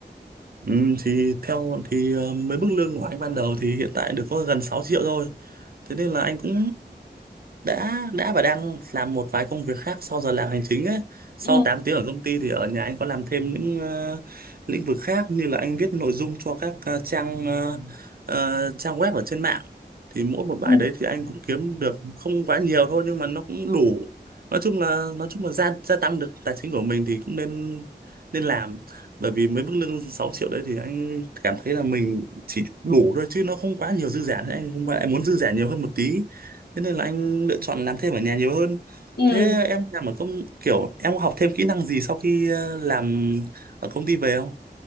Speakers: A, on the right (about 60°); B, on the left (about 70°).
A: Ừ, thì theo thì ờ, mấy mức lương của anh ban đầu thì hiện tại được có gần 6 triệu thôi. Thế nên là anh cũng đã đã và đang làm một vài công việc khác sau giờ làm hành chính ấy. Sau
B: Ừ.
A: 8 tiếng ở công ty thì ở nhà anh có làm thêm những ờ, lĩnh vực khác như là anh viết nội dung cho các ờ, trang ờ, ờ, trang web ở trên mạng. Thì mỗi một bài
B: Ừ.
A: đấy thì anh cũng kiếm được không quá nhiều thôi nhưng mà nó cũng đủ. Nói chung là nói chung là gia gia tăng được tài chính của mình thì cũng nên nên làm bởi vì với mức lương 6 triệu đấy thì anh cảm thấy là mình chỉ đủ thôi chứ nó không quá nhiều dư giả nữa anh không phải anh muốn dư giả nhiều hơn một tí thế nên là anh lựa chọn làm thêm ở nhà nhiều hơn
B: Ừ.
A: thế em làm ở công kiểu em có học thêm kỹ năng gì sau khi ờ, làm ở công ty về không